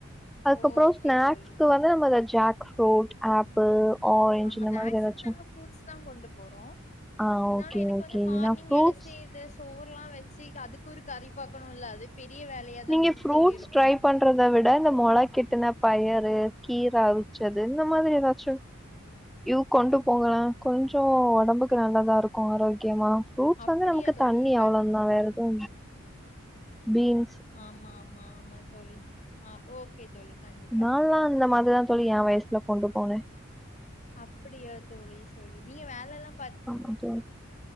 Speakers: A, in the centre; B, on the left.
A: அதுக்கறம்
B: ஓகே
A: ஸ்நாக்ஸ்க்கு
B: தோழி
A: வந்து நம்ம ஜ போட் ஆப்பிள் ஆரஞ்ச்
B: ஆமா
A: இந்த
B: ஸ்நாக்ஸுக்கு
A: மாதிரி ஏதாச்சு
B: நாங்க ஃப்ரூட்ஸ் தா கொண்டு போறோ
A: ஆ
B: இருந்தாலு
A: ஓகே
B: எனக்கு
A: ஓகே
B: வந்து
A: இல்லனா
B: மார்னிங்
A: ஃப்ரூட்ஸ்
B: எழுச்சி இது சோறுலா வச்சி அதுக்கொரு கறி பாக்கணுல்ல அது பெரிய வேலையா தான
A: நீங்க ஃப்ரூட்ஸ்
B: தோழி இருக்கு
A: ட்ரை பண்றத விட இந்த மொள கெட்டுன பயரு கீர அவிச்சது இந்த மாதிரி ஏதாச்சு யூ கொண்டு போங்க கொஞ்சோ ஒடம்புக்கு நல்லதா இருக் கு ஆரோக்கியமா ஃப்ரூட்ஸ்
B: அப்படியா
A: வந்து நமக்கு
B: தோழி
A: தண்ணி
B: கண்டி
A: அவ்ளந் தா வேறெது பீன்
B: ஆமா ஆமா ஆமா தோழி ஆஹ் ஓகே தோழி கண்டிப்பா
A: நான்லாம்
B: கண்டிப்பா
A: அந்த மாதிரிதான் தோழி என் வயசுல கொண்டு போனேன்
B: அப்படியா தோழி சரி நீங்க வேலல்லாம்
A: ஆமா தோழி